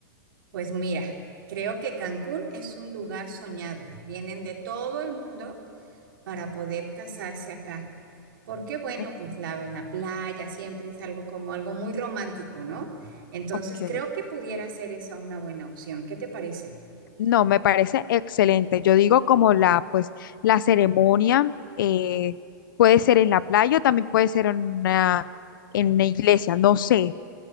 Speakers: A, on the right (about 75°); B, on the left (about 70°).
A: Pues mira, creo que Cancún es un lugar soñado. Vienen de todo el mundo para poder casarse acá. Porque bueno,
B: Eh,
A: pues la, la playa siempre es algo como algo muy romántico, ¿no? Entonces
B: Ok.
A: creo que pudiera ser esa una buena opción. ¿Qué te parece?
B: No, me parece excelente. Yo digo como la, pues, la ceremonia eh, puede ser en la playa o también puede ser en una, en una iglesia. No sé